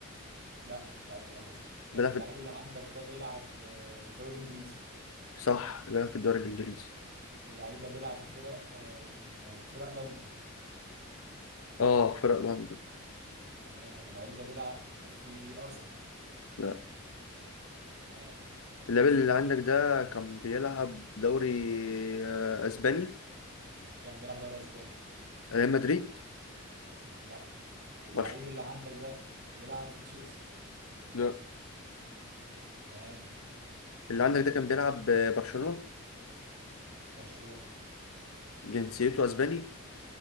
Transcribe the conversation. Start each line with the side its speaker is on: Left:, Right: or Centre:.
Right: لا اللعيب ده معتزل
Left: بيلعب
Right: طيب اللعيب
Left: في
Right: اللي عندك ده بيلعب آه، في الدوري الانجليزي
Left: صح بيلعب في الدوري الانجليزي
Right: اللعيب ده بيلعب في فرق آه، من آه، فرق لندن
Left: اه فرق لندن
Right: تمام اللعيب ده بيلعب في ارسنال
Left: لا
Right: تمام
Left: اللاعب اللي عندك ده كان بيلعب دوري آه، اسباني
Right: كان بيلعب دوري اسباني
Left: ريال مدريد
Right: لا اللعيب
Left: برشلونة
Right: اللي عندك ده بيلعب في تشيلسي
Left: لا
Right: تمام
Left: اللي عندك ده كان بيلعب آه، برشلونة
Right: برشلونة
Left: جنسيته اسباني